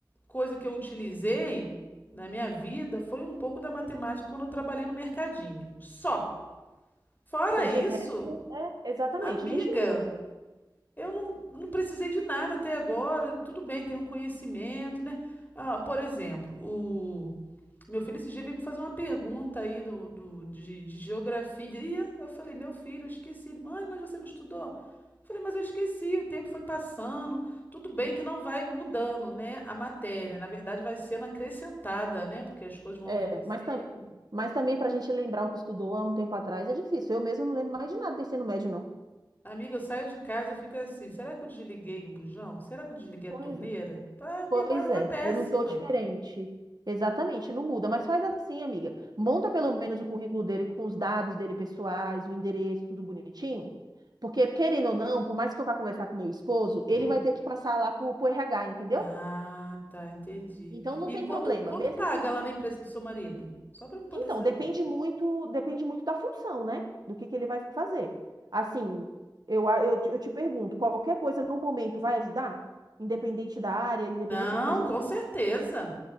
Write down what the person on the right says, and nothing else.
Porque
de resto, é, exatamente,
a gente não usa.
É,
mas, tam- mas também para a gente lembrar o que estudou há um tempo atrás é difícil. Eu mesmo não lembro mais de nada do ensino médio, não.
Pois,
pois
é,
eu não estou diferente. Exatamente, não muda. Mas faz assim, amiga. Monta pelo menos o currículo dele com os dados dele pessoais, o endereço, tudo bonitinho. Porque, querendo ou não, por mais que eu vá conversar com meu esposo, ele
vai ter que passar lá pro, pro RH, entendeu?
Então não
tem
problema.
Mesmo
que
Então,
depende muito, depende muito da função, né? Do que que ele vai fazer. Assim, eu, a- eu, te- eu te pergunto, qualquer coisa no momento vai ajudar? Independente da área, independente
do que a gente...